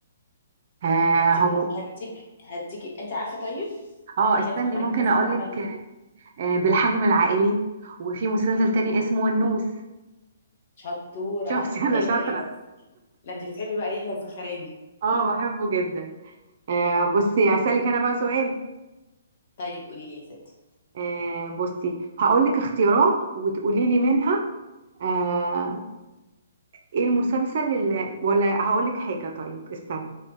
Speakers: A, on the right; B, on the left.
A: آه
B: هديك
A: هو
B: هديك هديك انت عارفه طيب
A: اه
B: يحيى
A: استني
B: الفخراني
A: ممكن
B: مثلا
A: اقولك
B: عمل
A: آه بالحجم العائلي وفي مسلسل تاني اسمه النوس
B: شطوره
A: <laughs> شفتي انا
B: ايه
A: شاطرة
B: ده ايه ده لا انت بتحبي بقى يحيى الفخراني
A: اه بحبه جدا آه بصي اسالك انا بقى سؤال
B: طيب قولي لي يا ستي
A: آه بصي هقول لك اختيارات وتقولي لي منها آه ايه المسلسل اللي ولا هقول لك حاجة طيب استني